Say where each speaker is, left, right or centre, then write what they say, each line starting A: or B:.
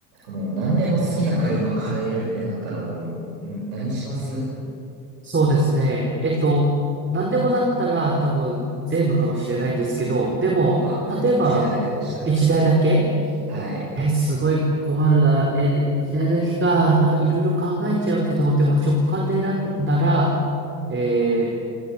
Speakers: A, on the right (about 75°); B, on the right (about 25°).
A: もう何でも好きな車買えるってなったらもう、ん何します
B: そうですね。えっと、何でもだったら多分全部かもしれないんですけど、でも、
A: あ、
B: 例えば、
A: 一台だけだとしたら。
B: 一台だけ
A: はい。
B: え、すごい困るな。え、一台だけか。なんかいろいろ考えちゃうけど、でも直感で選んだら、えー